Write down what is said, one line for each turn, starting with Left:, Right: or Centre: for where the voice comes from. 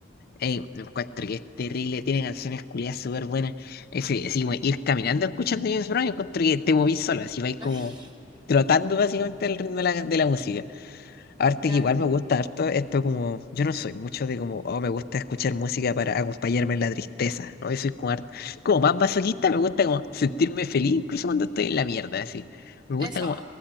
Left: Ey, lo encuentro que es terrible, tiene canciones culiadas súper buenas. Ese, así como ir caminando escuchando James Brown, yo encuentro que te movís solo, así vais
Right: <laughs>
Left: como trotando básicamente el ritmo de la, de la música. Arte
Right: Ya.
Left: que igual me gusta harto, esto como, yo no soy mucho de como, oh, me gusta escuchar música para acompañarme en la tristeza, ¿no? Yo soy como, hart- como más masoquista, me gusta como sentirme feliz, incluso cuando estoy en la mierda, así. Me gusta
Right: Eso.
Left: como,